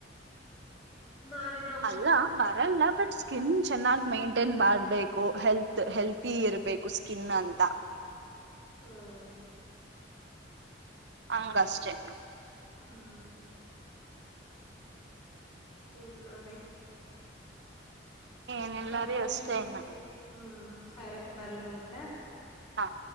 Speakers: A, on the left (about 30°); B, on the right (about 65°).
A: ನಾ ನಿನ್ನ
B: ಅಲ್ಲ ಬರಲ್ಲ ಬಟ್ ಸ್ಕಿನ್ ಚೆನ್ನಾಗ್ ಮೇಂಟೈನ್ ಮಾಡ್ಬೇಕು ಹೆಲ್ತ್ ಹೆಲ್ತಿ ಇರ್ಬೇಕು ಸ್ಕಿನ್ ಅಂತ.
A: ಹ್ಮ್.
B: ಅಂಗ್ ಅಷ್ಟೇ.
A: ಹ್ಮ್. ಹೆನ್ನಾರಿ.
B: ಏನಿಲ್ಲ
A: ಸರಿ
B: ಅಷ್ಟೇನ
A: ರೀ ಹ್ಮ್ ಹ್ಮ್ ಸರಿ ಬರ್ಲ ಮತ್ತೆ.
B: ಹಾ